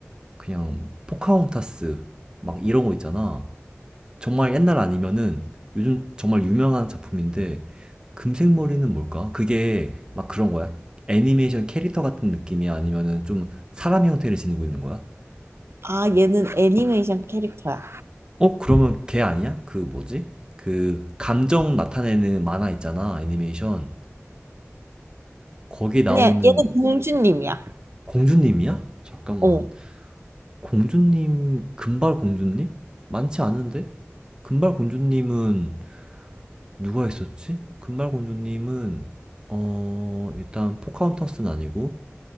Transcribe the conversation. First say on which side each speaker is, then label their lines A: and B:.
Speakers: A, on the right; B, on the right.
A: 그냥 포카혼타스, 막 이런 거 있잖아. 정말 옛날 아니면은 요즘 정말 유명한 작품인데 금색 머리는 뭘까? 그게 막 그런 거야? 애니메이션 캐릭터 같은 느낌이 아니면은 좀 사람 형태를 지니고 있는 거야?
B: 아, 얘는 애니메이션 캐릭터야.
A: 어, 그러면 걔 아니야? 그 뭐지? 그 감정 나타내는 만화 있잖아, 애니메이션. 거기 나오는
B: 아니야, 얘는 공주님이야.
A: 공주님이야? 잠깐만.
B: 어.
A: 공주님, 금발 공주님? 많지 않은데? 금발 공주님은 누가 있었지? 금발공주님은 어 일단 포카혼타스는 아니고